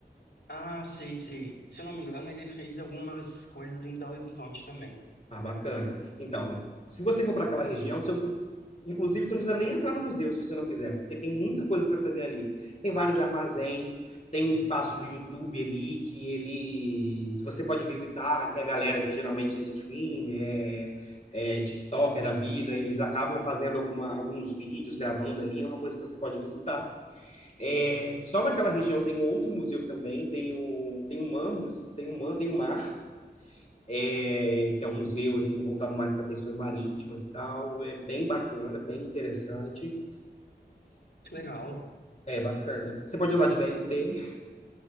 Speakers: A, on the left; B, on the left.
A: Ah, sei, sei. Se eu não me engano, ele fez algumas coisas em Belo Horizonte também.
B: Ah, bacana. Então, se você for para aquela região, você não precisa- inclusive você não precisa nem entrar no museu se você não quiser, porque tem muita coisa para fazer ali. Tem vários armazéns, tem um espaço do YouTube ali que ele, se você pode visitar, que a galera que geralmente é stream, é, é TikToker da vida, eles acabam fazendo alguma, alguns vídeos, gravando ali, é uma coisa que você pode visitar. É, só naquela região tem um outro museu também, tem o, tem o MAM, tem o man, tem o MAR, é, que é um museu assim voltado mais para questões marítimas e tal. É bem bacana, bem interessante.
A: Que legal.
B: É bacana. Você pode ir lá de VLT,